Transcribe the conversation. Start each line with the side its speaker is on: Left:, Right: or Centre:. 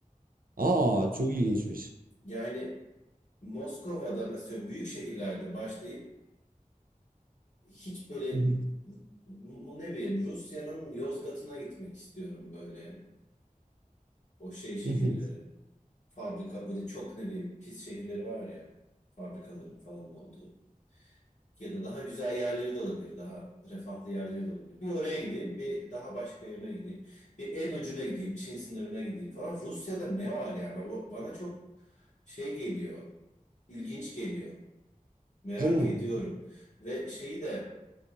Right: Aa çok ilginçmiş.
Left: Yani Moskova'da mesela büyük şehirlerde başlayıp hiç böyle
Right: <laughs>
Left: bu ne bileyim Rusya'nın Yozgat'ına gitmek istiyorum böyle o şey şehirlere.
Right: Değil
Left: fabrika böyle çok ne bileyim pis şehirleri var ya fabrikaların falan olduğu ya da daha güzel yerleri de olabilir daha refahlı yerleri de olabilir. Bir oraya gideyim bir daha başka yerine gideyim bir en ucuna gideyim Çin sınırına gideyim falan Rusya'da ne var yani o bana çok şey geliyor ilginç geliyor merak
Right: mi?
Left: ediyorum ve şeyi de